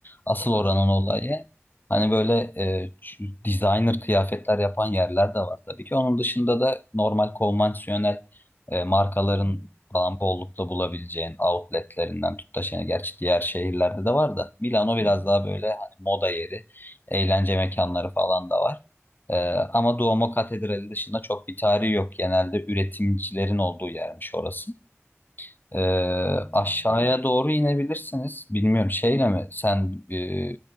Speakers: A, on the left; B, on the right.
A: Asıl
B: Doğru.
A: oranın olayı hani böyle e, ç- designer kıyafetler yapan yerler de var tabii ki. Onun dışında da normal konvansiyonel e, markaların
B: Hı hı.
A: falan bollukla bulabileceğin outletlerinden tut da şey, gerçi diğer şehirlerde de var da Milano
B: Hı
A: biraz
B: hı.
A: daha böyle hani moda yeri, eğlence mekanları falan da var.
B: Hı
A: Ee,
B: hı.
A: ama Duomo Katedrali dışında çok bir tarihi yok. Genelde üretimcilerin olduğu yermiş orası. Ee,
B: Hmm.
A: aşağıya doğru inebilirsiniz. Bilmiyorum şeyle mi sen e,